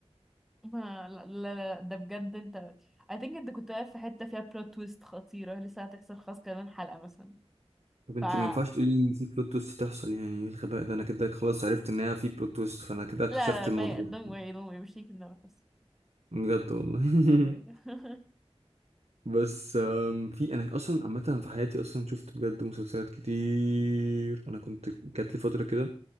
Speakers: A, in the centre; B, on the right.
A: <laughs> ما لا لا لا ده بجد انت I think انت كنت واقف في حتة فيها بلوت تويست خطيرة لسه هتحصل خلاص كمان حلقة مثلا
B: طب انتي
A: ف لا
B: ما ينفعش تقولي ان في بلوت تويست تحصل يعني ايه الغباء ده انا كده خلاص عرفت ان هي في بلوت تويست فانا كده اكتشفت
A: لا ما
B: الموضوع
A: ي... don't worry don't worry مش هيك في دماغك خلاص
B: بجد والله <laughs>
A: ايوه ايوه <laughs>
B: بس آم، في انا اصلا عامه في حياتي اصلا شفت بجد مسلسلات كتير انا كنت جات لي فتره كده